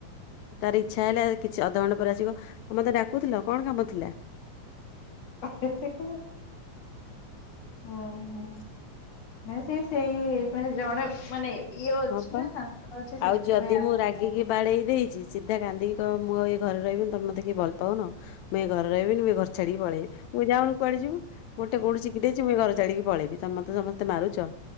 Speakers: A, on the left; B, on the left.
A: ତାର ଇଚ୍ଛା ହେଲା କିଛି ଅଧଘଣ୍ଟା ପରେ ଆସିବ ତ ମତେ ଡାକୁଥିଲ କଣ କାମ ଥିଲା?
B: <inaudible> ଓହୋ ନା ସେ ସେଇ ମାନେ ଜଣେ ମାନେ ଇଏ ଅଛି
A: ହଁ ପା
B: ନା ଶାନ୍ତ ଅଛି
A: ଆଉ
B: ସେଥିପାଇଁ
A: ଯଦି ମୁଁ
B: ଆର
A: ରାଗିକି ବାଡେଇ ଦେଇଛି ସିଧା କାନ୍ଦିକି କହିବ ମୁଁ ଆଉ ଏ ଘରେ ରହିବିନି ତମେ ମତେ କେହି ଭଲ୍ ପାଉନ। ମୁଁ ଏ ଘରେ ରହିବନି ମୁଁ ଏ ଘର ଛାଡି ପଳେଇବି। ମୁଁ କହିବି ଯାଉନୁ କୁଆଡେ ଯିବୁ। ଗୋଟେ କୋଉଠୁ ଚିଖି ଦେଇଛି ମୁଇ ଘରଛାଡିକି ପଳେଇବି ତମେ ତ ସମସ୍ତେ ମାରୁଛ